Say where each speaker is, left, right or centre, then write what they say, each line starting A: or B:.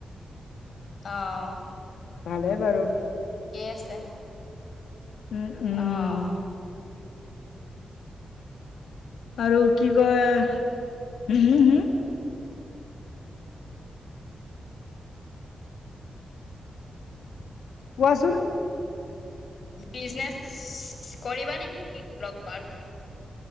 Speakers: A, on the left; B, on the left.
A: অঁ।
B: ভালে বাৰু,
A: আছে।
B: উম উম।
A: অ',
B: আৰু কি কয়, হম হম হম? কোৱাচোন?
A: বিজনেছ, কৰিবা নেকি মোৰ লগত?